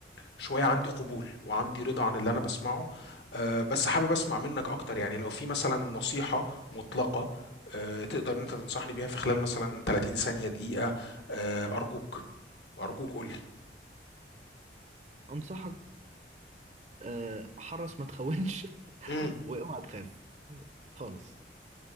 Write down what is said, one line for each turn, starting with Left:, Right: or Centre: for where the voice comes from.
Left: شوية عندي قبول وعندي رضا عن اللي أنا بسمعه آه، بس حابب أسمع منك أكتر يعني لو في مثلا نصيحة مطلقة آه، تقدر إن أنت تنصحني بيها في خلال مثلا 30 ثانية دقيقة آه، أرجوك أرجوك قولي
Right: انصحك آه، حرص ما تخونش
Left: امم
Right: <laughs> واوعى تخاف خالص